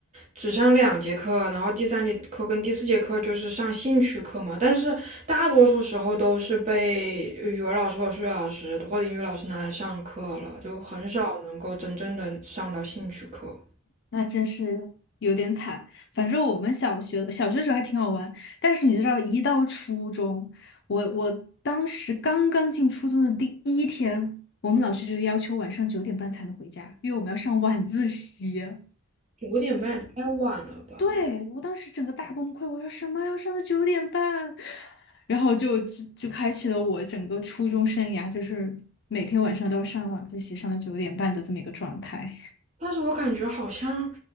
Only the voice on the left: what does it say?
那真是有点惨。反正我们小学小学时候还挺好玩，但是你知道，一到初中，我我当时刚刚进初中的第一天，我们老师就要求晚上九点半才能回家，因为我们要上晚自习。
对，我当时整个大崩溃，我说什么要上到九点半，然后就就就开启了我整个初中生涯，就是每天晚上都要上晚自习，上到九点半的这么一个状态。